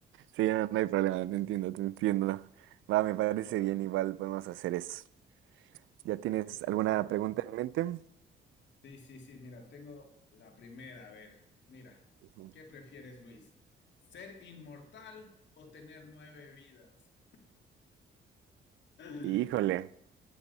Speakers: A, on the right (about 75°); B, on the left (about 65°).
A: Sí, no, no hay problema, te entiendo, te entiendo. Va, me parece
B: Ya,
A: bien, igual podemos hacer eso. ¿Ya tienes
B: ya, perfecto.
A: alguna
B: A
A: pregunta
B: ver.
A: en mente?
B: Sí, sí, sí, mira, tengo la primera. A ver, mira,
A: Ujú.
B: ¿qué prefieres, Luis? ¿Ser inmortal o tener nueve vidas? <laughs>
A: Híjole.